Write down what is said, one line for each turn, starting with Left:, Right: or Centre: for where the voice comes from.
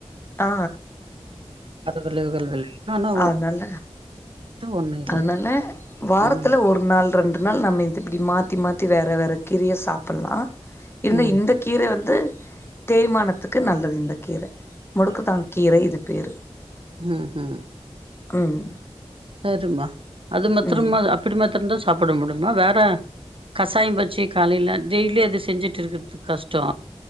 Left: ஆ
Right: விளைவுகள் ஆனா
Left: ஆனால
Right: ஒண்ணு இல்ல
Left: அதனால வாரத்துல
Right: ம்
Left: ஒரு நாள் ரெண்டு நாள் நம்ம இது இப்டி மாத்தி மாத்தி வேற வேற கீரைய சாப்பிட்லா இந்த
Right: ம்
Left: இந்த கீர வந்து தேய்மானத்துக்கு நல்லது இந்த கீர முடுக்குதா‌ கீரை இது பேரு
Right: ம் ம்
Left: ம்
Right: து மா அது மத்ரமா
Left: ம்
Right: அப்டி மத்திரம் தா செ சாப்புட முடிமா வெற கசாயம் வெச்சு காலைல டெய்லி அது செஞ்சுட்டு இருகற்துக்கு கஷ்டோ